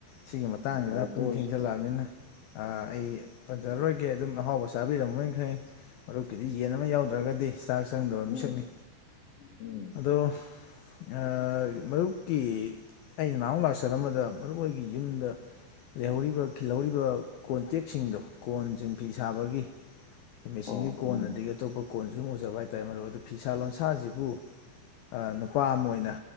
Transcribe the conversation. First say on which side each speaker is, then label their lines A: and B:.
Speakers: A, on the left; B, on the left.
A: ꯁꯤꯒꯤ ꯃꯇꯥꯡꯁꯤꯗ
B: ꯐꯔꯦ
A: ꯄꯨꯡ
B: ꯇꯣꯛꯑꯁꯤ
A: ꯊꯦꯡꯖꯜꯂꯛꯑꯝꯅꯤꯅ ꯑꯩ ꯄꯟꯖꯔꯔꯣꯏꯒꯦ ꯑꯗꯨꯝ ꯑꯍꯥꯎꯕꯁ ꯆꯥꯕꯤꯔꯝꯃꯣꯏꯅ ꯈꯪꯉꯤ ꯃꯔꯨꯞꯀꯤꯗꯤ ꯌꯦꯟ ꯑꯃ ꯌꯥꯎꯗ꯭ꯔꯒꯗꯤ ꯆꯥꯛ ꯆꯪꯗꯕ
B: ꯎꯝ
A: ꯃꯤꯁꯛꯅꯤ
B: ꯎꯝ
A: ꯑꯣ ꯑꯥ ꯃꯔꯨꯞꯀꯤ ꯑꯩꯅ ꯅꯍꯥꯃꯨꯛ ꯂꯥꯛꯆꯔꯝꯕꯗ ꯃꯔꯨꯞ ꯍꯣꯏꯒꯤ ꯌꯨꯝꯗ ꯂꯩꯍꯧꯔꯤꯕ ꯈꯤꯜꯍꯧꯔꯤꯕ ꯀꯣꯟꯇꯦꯛꯁꯤꯡꯗꯣ ꯀꯣꯟꯁꯤꯡ ꯐꯤ ꯁꯥꯕꯒꯤ ꯃꯦꯁꯤꯡꯒꯤ
B: ꯑꯣ
A: ꯀꯣꯟ
B: ꯎꯝ
A: ꯑꯗꯒꯤ ꯑꯇꯣꯞꯄ ꯀꯣꯟꯁꯨ ꯁꯨꯝ ꯎꯖꯕ ꯍꯥꯏꯇꯥꯔꯦ ꯃꯔꯨꯞ ꯑꯗꯣ ꯐꯤꯁꯥ ꯂꯣꯟꯁꯥꯁꯤꯕꯨ ꯑꯥ ꯅꯨꯄꯥ ꯑꯃ ꯑꯣꯏꯅ